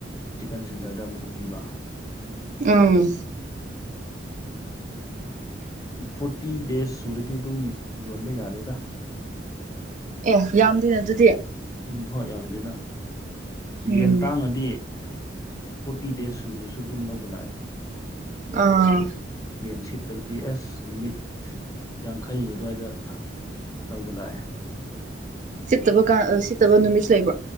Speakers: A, on the left (about 20°); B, on the right (about 45°).
A: ꯆꯤꯛꯀꯟ ꯁꯦꯟꯇꯔꯗ ꯑꯃꯨꯛꯀ ꯄꯤꯕ
B: ꯎꯝ
A: ꯐꯣꯔꯇꯤ ꯗꯦꯖ ꯁꯨꯔꯗꯤ ꯑꯗꯨꯝ ꯌꯣꯟꯕ ꯌꯥꯔꯦꯗ
B: ꯑꯦ ꯌꯥꯝꯗꯦꯅꯦ ꯑꯗꯨꯗꯤ
A: ꯎꯝ ꯍꯣꯏ ꯌꯥꯝꯗꯦꯗ ꯌꯦꯟ
B: ꯎꯝ
A: ꯇꯥꯡꯉꯗꯤ ꯐꯣꯔꯇꯤ ꯗꯦꯖ ꯁꯨꯗ꯭ꯔꯁꯨ ꯑꯗꯨꯝ ꯂꯧꯕ ꯂꯥꯛꯑꯦ
B: ꯑꯥ
A: ꯌꯦꯟ ꯁꯤꯠꯇ꯭ꯔꯗꯤ ꯑꯦꯁ ꯅꯨꯃꯤꯠ ꯌꯥꯡꯈꯩ ꯑꯗꯨꯋꯥꯏꯗ ꯂꯧꯕ ꯂꯥꯛꯑꯦ
B: ꯁꯤꯠꯇꯕ ꯀ ꯁꯤꯠꯇꯕ ꯅꯨꯃꯤꯠ ꯂꯩꯕ